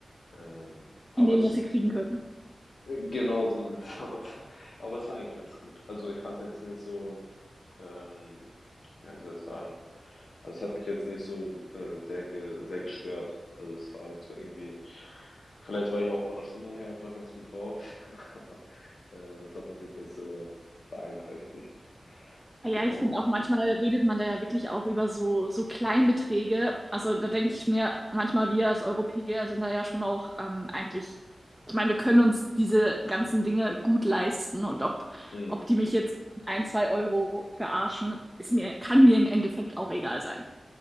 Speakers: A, on the left; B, in the centre.
A: Ähm, aber
B: Die nehmen,
A: es
B: was sie kriegen können.
A: Genau so sieht's <laughs> aus. Aber es war eigentlich ganz gut. Also ich fand's jetzt nicht so, ähm, ja, wie soll ich sagen? Also es hat mich jetzt nicht so äh, sehr ge sehr gestört. Also es war halt so irgendwie, vielleicht war ich auch von der Stimmung her einfach ganz gut drauf, <laughs> aber äh, das hat mich jetzt nicht so beeinträchtigt.
B: Ja,
A: Genau.
B: ja, ich finde auch manchmal redet man da ja wirklich auch über so, so Kleinbeträge. Also da denke ich mir, manchmal wir als Europäer sind da ja schon auch ähm, eigentlich, ich meine, wir können uns diese ganzen Dinge gut leisten und ob,
A: Mhm,
B: ob die mich jetzt ein, zwei Euro verarschen, ist mir, kann mir im Endeffekt auch egal sein.